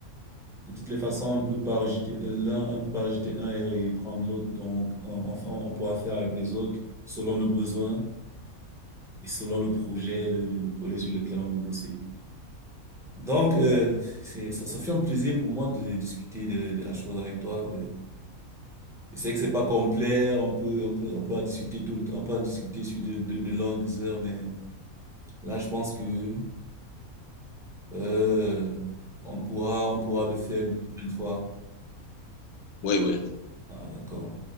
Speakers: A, in the centre; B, on the left.
A: De toutes les façons, on ne peut pas rejeter l'un, on ne peut pas rejeter un et, et prendre l'autre. Donc, on, on, on pourra faire avec les autres selon le besoin et selon le projet, le, le- le projet sur lequel on veut bosser. Donc,
B: C'est
A: euh,
B: ça.
A: c'est, ça, ça fait un plaisir pour moi de discuter de, de la chose avec toi. euh. Et c'est vrai que c'est pas complet, on peut, on peut, on peut en discuter tout le temps, on peut en discuter sur de, de, de longues heures, mais là, je pense que, euh, on pourra, on pourra le faire une prochaine fois.
B: Oui, oui.
A: Ah, d'accord.